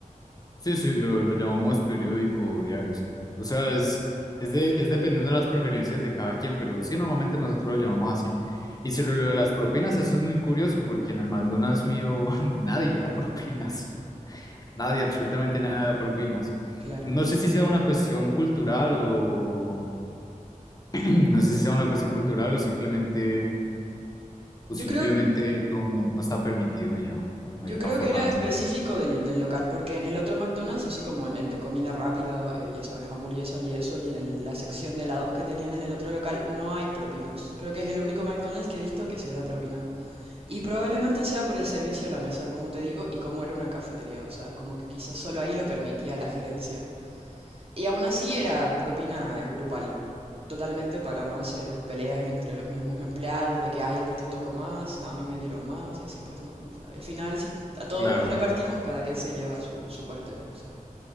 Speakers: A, on the left; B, on the right.
A: Sí, sí, lo, lo llamamos periódico o diario, sí. O sea, es, es, de, es dependiendo de las preferencias de cada quien, pero sí, normalmente nosotros lo llamamos así. Y sobre lo de las propinas, eso es muy curioso, porque en el McDonald's mío <laughs> nadie da propinas, <laughs> nadie, absolutamente nada da propinas.
B: Claro.
A: No sé si sea una cuestión cultural o <clears throat> no sé si sea una cuestión cultural o simplemente, o
B: Yo
A: simplemente
B: creo
A: no, no, no está permitido y ya, o no
B: Yo
A: hay una
B: creo
A: forma
B: que era
A: de
B: específico
A: hacerlo.
B: del, del local, porque en el otro McDonald's, así como en el de comida rápida, eh, ya sabes, hamburguesa y eso, y en el- la sección de helados que tenían en el otro local, no hay propinas. Creo que es el único McDonald's que he visto que se da propina. Y probablemente sea por el servicio a la mesa, como te digo, y como era una cafetería, o sea, como que quizás solo ahí lo permitía la gerencia. Y aún así era propina eh, grupal, totalmente para no hacer peleas entre los mismos empleados, de que, ay, a ti te tocó más, a mí me dieron más, y así pues, ¿no? O sea, al final, si a todos
A: Claro.
B: nos repartimos, cada quien se lleva su, su parte, ¿no? O sea,